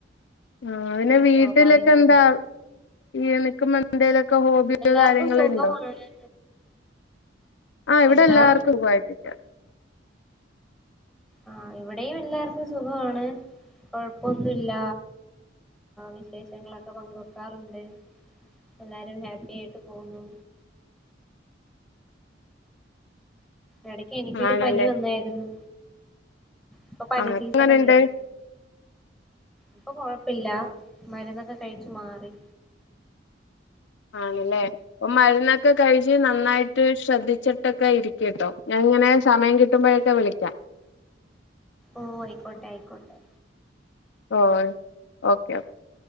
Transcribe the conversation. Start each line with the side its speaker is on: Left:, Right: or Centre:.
Left: ആ പിന്നെ
Centre: ഒക്കെ
Left: വീട്ടിലൊക്കെ
Centre: സ്വാഭാവികമാണ്
Left: എന്താ <unintelligible> എന്തേലുമൊക്കെ ഹോബിയോ
Centre: എല്ലാർക്കും
Left: കാര്യങ്ങളോ
Centre: സുഖമാണ്
Left: ഉണ്ടോ ആ ഇവിടെ
Centre: എന്താ
Left: എല്ലാർക്കും സുഖായിട്ട് ഇരിക്കാണ്
Centre: ആ ഇവിടെയും എല്ലാർക്കും സുഖവാണ് കുഴപ്പൊന്നുല്ല വിശേഷങ്ങൾ ഒക്കെ പങ്ക് വെയ്ക്കാറുണ്ട് എല്ലാരും ഹാപ്പി ആയിട്ട് പോന്നു ഇടയ്ക്ക് എനിക്ക് ഒരു
Left: ആണല്ലേ
Centre: പനി വന്നാരുന്നു ഇപ്പം പനി
Left: ആഹ്
Centre: സീസൺ
Left: എങ്ങനുണ്ട്
Centre: അല്ലേ ഇപ്പം കുഴപ്പമില്ല മരുന്ന് ഒക്കെ കഴിച്ച് മാറി
Left: ആണല്ലേ ഇപ്പം മരുന്ന് ക്കെ കഴിച്ച് നന്നായിട്ട് ശ്രദ്ധിച്ചി ട്ടൊക്കെ ഇരിക്ക് കേട്ടോ ഞാ ഇങ്ങനെ സമയം കിട്ടുമ്പോഴൊക്കെ വിളിക്കാം
Centre: ഓ ആയിക്കോട്ടെ ആയിക്കോട്ടെ
Left: ഓഹ് ഓക്കേ ഓക്കേ